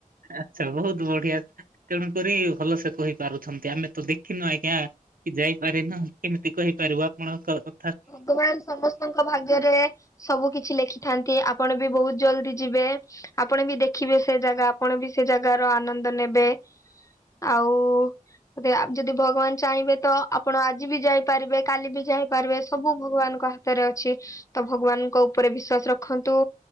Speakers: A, on the right; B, on the left.
A: ଆଚ୍ଛା ବହୁତ ବଢିଆ ତେଣୁକରି ଭଲ ସେ କହିପାରୁଛନ୍ତି ଆମେ ତ ଦେଖିନୁ ଆଜ୍ଞା। କି ଯାଇପାରେ ନା କେମିତି କହିପାରିବୁ ଆପଣ ଙ୍କ
B: ଭଗବାନ ସମସ୍ତଙ୍କ ଭାଗ୍ୟରେ ସବୁ କିଛି ଲେଖିଥାନ୍ତି। ଆପଣ ବି ବହୁତ ଜଲଦି ଯିବେ। ଆପଣ ବି ଦେଖିବେ ସେ ଜାଗା। ଆପଣ ବି ସେ ଜାଗାର ଆନନ୍ଦ ନେବେ। ଆଉ ରେ ଯଦି ଭଗବାନ ଚାହିଁବେ ତ ଆପଣ ଆଜି ବି ଯାଇପାରିବେ କାଲି ବି ଯାଇପାରିବେ। ସବୁ ଭଗବାନଙ୍କ ହାତରେ ଅଛି ତ ଭଗବାନଙ୍କ ଉପରେ ବିଶ୍ଵାସ ରଖନ୍ତୁ।